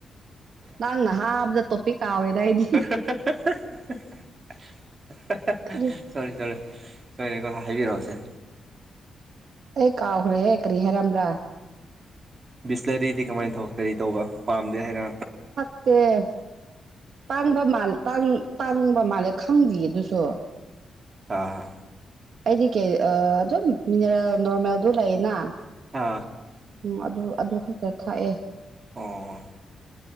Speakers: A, on the right; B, on the right.
A: ꯂꯥꯡꯅ ꯍꯥꯞ ꯇꯣꯞꯄꯤ ꯀꯥ ꯑꯣꯏꯦꯗꯗꯤ
B: <inaudible>
A: ꯀꯔꯤ
B: ꯁꯔꯤ ꯁꯔꯦ ꯁꯣꯏꯔꯦꯀꯣ ꯍꯥꯏꯕꯤꯔꯛꯑꯣꯁꯦ
A: ꯑꯩ ꯀꯥꯎꯈ꯭ꯔꯦꯍꯦ ꯀꯔꯤ ꯍꯥꯏꯔꯝꯕ꯭ꯔꯥ
B: ꯕꯤꯁꯂꯔꯤꯗꯤ ꯀꯃꯥꯏꯅ ꯇꯧ ꯀꯔꯤ ꯇꯧꯕ ꯄꯥꯝꯗꯦ ꯍꯥꯏꯅ
A: ꯑꯦꯦ ꯇꯥꯡꯕ ꯃꯥꯜꯦ ꯇꯥꯡꯕ ꯃꯥꯜꯂꯦ ꯈꯪꯗ꯭ꯔꯤꯌꯦ ꯑꯗꯨꯁꯨ
B: ꯑꯥ ꯍꯥ
A: ꯑꯩꯗꯤ ꯀꯩ ꯑꯗꯨꯝ ꯃꯤꯅꯔꯦꯜ ꯅꯣꯔꯃꯦꯜꯗꯨ ꯂꯩꯌꯦꯅ
B: ꯑ
A: ꯎꯝ ꯑꯗꯨ ꯑꯗꯨ ꯈꯛꯇ ꯊꯥꯛꯑꯦ
B: ꯑꯣ